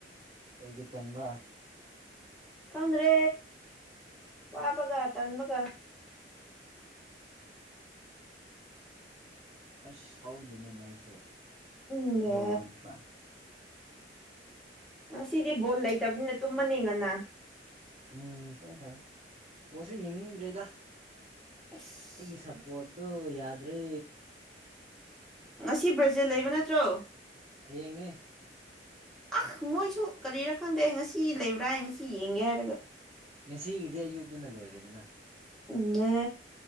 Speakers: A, on the right; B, in the centre.
A: ꯀꯩꯒꯤ ꯇꯟꯕꯥ
B: ꯈꯪꯗ꯭ꯔꯦ ꯋꯥꯕꯒꯥ
A: ꯎꯝ
B: ꯇꯟꯕꯒꯥ
A: ꯑꯁ ꯍꯧꯗ‌ꯦꯅꯦ ꯃꯩꯁꯨ
B: <unintelligible>
A: <unintelligible>
B: ꯉꯁꯤꯗꯤ ꯕꯣꯜ ꯂꯩꯇꯝꯅꯤꯅ ꯇꯨꯝꯃꯅꯤ ꯉꯟꯅꯥ
A: ꯎꯝ ꯇꯨꯝꯈ꯭ꯔ ꯅꯤ ꯕꫭꯜ ꯁꯨ ꯌꯦꯡꯅꯤꯡꯗ꯭ꯔꯦꯗ
B: ꯑꯁ
A: ꯑꯩꯒꯤ ꯁꯞꯄꯣꯔꯠꯇ‌ꯣ ꯌꯥꯗ꯭ꯔꯦ
B: ꯉꯁꯤ ꯕ꯭ꯔꯖꯤꯜ ꯂꯩꯕ ꯅꯠꯇ꯭ꯔꯣ
A: ꯍꯌꯦꯡꯅꯦ
B: ꯑ ꯃꯣꯏꯁꯨ ꯀꯔꯤꯔꯥ ꯈꯪꯗꯦ ꯉꯁꯤ ꯂꯩꯕ꯭ꯔꯥ ꯍꯥꯏ ꯉꯁꯤ ꯌꯦꯡꯒꯦ ꯍꯥꯏꯔꯒ
A: ꯉꯁꯤꯒꯤꯗꯤ ꯑꯌꯨꯛꯇꯨꯅꯥ ꯂꯣꯏꯔꯦꯗꯅꯥ
B: ꯎꯝ